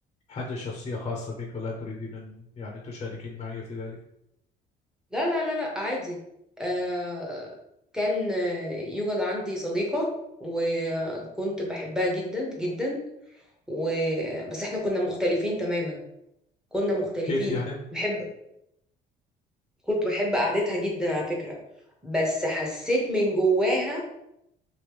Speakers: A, on the left; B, in the centre.
A: حاجة شخصية خاصة بك ولا تريدين أن يعني تشاركين معي في ذلك؟
B: لا لا لا لا عادي آه كان آه، يوجد عندي صديقة وكنت بحبها جدا جدا و... بس احنا كنا مختلفين تماما كنا مختلفين
A: كيف يعني؟
B: بحب كنت بحب قعدتها جدا على فكرة بس حسيت من جواها